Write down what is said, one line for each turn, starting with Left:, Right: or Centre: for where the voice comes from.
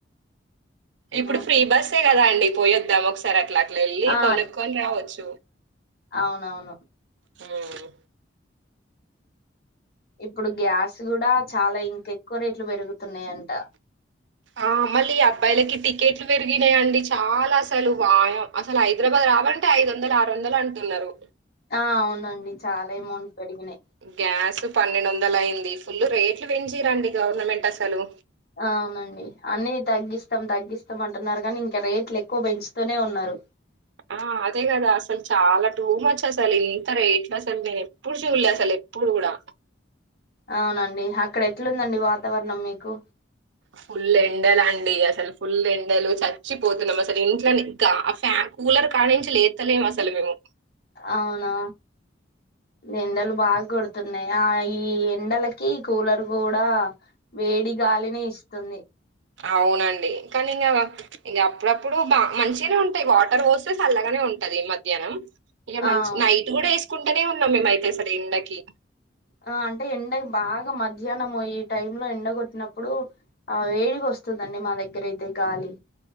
Right: ఇప్పుడు
Left: ఆ.
Right: ఫ్రీ బస్సే కదా అండి పోయ్ వద్దాం ఒకసారి అట్లా అట్ వెళ్
Left: ఆ
Right: కొనుక్కొని రావచ్చు
Left: అవునవును
Right: హ్మ్.
Left: ఇప్పుడు గ్యాస్ కూడా చాలా ఇంకెక్కువ రేట్లు పెరుగుతున్నాయంట
Right: ఆ మళ్ళీ ఈ అబ్బాయిలకి టికెట్లు పెరిగినాయిండి చాలా అసలు వాయం అసలు హైదరాబాద్ రాాలంటే ఐదు వందలు వందలు అంటున్నారు
Left: ఆ అవునండి చాలా అమౌంట్ పెరిగినాయి
Right: గ్యాస్ పన్నెండు వందలు అయింది, ఫుల్ రేట్లు పెంచరండి గవర్నమెంట్ అసలు
Left: అవునండి అన్నిది తగ్గిస్తాం తగ్గిస్తాం అంటున్నారు కానీ, ఇంకా రేట్లు ఎక్కువ పెంచుతూనే ఉన్నారు.
Right: ఆ అదే కదా అసలు చాలా టూ మచ్ అసలు ఇంత రేట్లు అసలు నేను ఎప్పుడు చూలే అసలు ఎప్పుడు కూడా
Left: అవునండి అక్కడ ఎట్లుందండి వాతావరణం మీకు
Right: ఫుల్ ఎండలు అండి అసలు ఫుల్ ఎండలు చచ్చిపోతున్నాం అసలు, ఇంట్లో ఫ్యాన్ కూలర్ కాడించి లేతలేం అసలు మేము
Left: అవునా ఎండలు బాగా కొడుతున్నాయి, ఆ ఈ ఎండలకి కూలర్ కూడా వేడి గాలిని ఇస్తుంది
Right: అవునండి కానీ ఇంకా ఇక అప్పుడప్పుడు బా మంచిగానే ఉంటాయి, వాటర్ వోసెస్ అల్లాగానే ఉంటది మధ్యాహ్నం ఇక
Left: ఆ
Right: మంచి
Left: అవును.
Right: నైట్ కూడా చకుంటూనే ఉన్నాం మేము అైతే సరే ఎండకి
Left: ఆ అంటే ఎండ బాగా మధ్యాహ్నం ఈ టైమ్ లో ఎండ కొట్టినప్పుడు, ఆ వేడిగా వస్తుందండి మా దగ్గర అయితే గాలి